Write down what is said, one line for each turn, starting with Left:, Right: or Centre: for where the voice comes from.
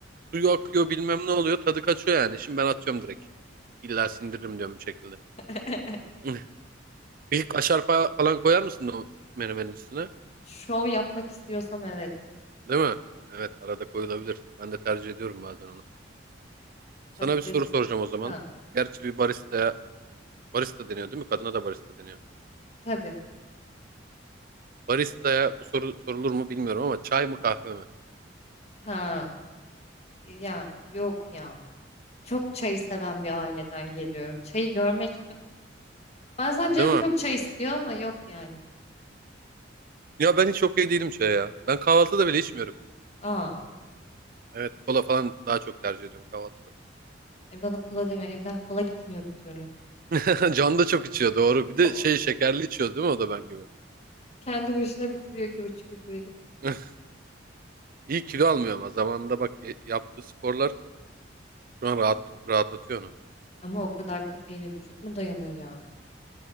Right: suyu akıyor bilmem ne oluyor. Tadı kaçıyor yani. Şimdi ben atıyorum direkt. İlla sindiririm diyorum bir şekilde.
Left: <laughs>
Right: <laughs> Bir kaşar fa- falan koyar mısın o menemenin üstüne?
Left: Şov yapmak istiyorsam evet.
Right: Değil mi? Evet arada koyulabilir. Ben de tercih ediyorum bazen onu. Sana
Left: Patates.
Right: bir soru soracağım o zaman.
Left: Ha,
Right: Gerçi bir baristaya, barista deniyor değil mi? Kadına da barista deniyor.
Left: tabii.
Right: Baristaya bu soru sorulur mu bilmiyorum ama çay mı kahve mi?
Left: Ha, ya yok ya. Çok çayı seven bir aileden geliyorum. Çayı görmek. Bazen
Right: Değil
Left: canım
Right: mi?
Left: çok çay istiyor ama yok yani.
Right: Ya ben hiç okey değilim çaya ya. Ben kahvaltıda bile içmiyorum.
Left: Aa,
Right: Evet kola falan daha çok tercih ediyorum kahvaltıda.
Left: e bana kola deme. Evden kola gitmiyor bir türlü.
Right: <laughs> Can da çok içiyor doğru. Bir de
Left: <laughs>
Right: şey şekerli içiyor değil mi o da ben gibi.
Left: Kendi başına bitiriyor ki buçuk litreyi.
Right: <laughs> İyi kilo almıyor ama zamanında bak y- yaptığı sporlar şu an rahat, rahatlatıyor onu.
Left: Ama o kadar kafeine vücut mu dayanır ya?